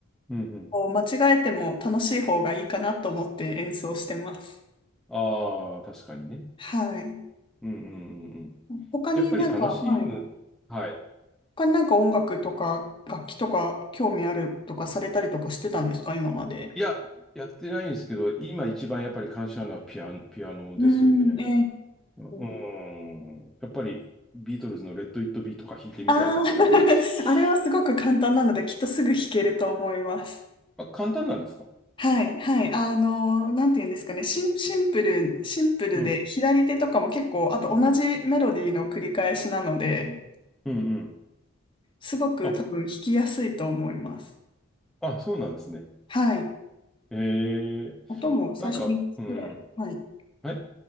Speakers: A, in the centre; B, on the left.
A: うんうん。
B: こう間違えても楽しい方がいいかなと思って演奏してます。
A: ああ、確かにね。
B: はい。
A: うんうんうんうん。
B: 他になんか、
A: やっぱり楽しむ。
B: はい。
A: はい。
B: 他になんか音楽とか楽器とか興味あるとかされたりとかしてたんですか、今まで。
A: いや、やってないんですけど、今一番やっぱり感謝なピアノ、ピアノですよね。
B: うん、え
A: うう
B: ー、
A: ん。やっぱりビートルズのレッド・イット・ビーとか弾いてみたいとか思いますし。
B: ああ、<laughs> あれはすごく簡単なので、きっとすぐ弾けると思います。
A: あ、簡単なんですか
B: はい、はい。あの、なんて言うんですかね。シン、シンプル、シンプルで、
A: うん。
B: 左手とかも結構、あと同じメロディーの繰り返しなので、
A: うんうん。
B: すごく多分弾きやすいと思います。
A: あ、あ、そうなんですね。
B: はい。
A: えー
B: 音も最初3つくらい。
A: なんか、うん。
B: はい。
A: はい。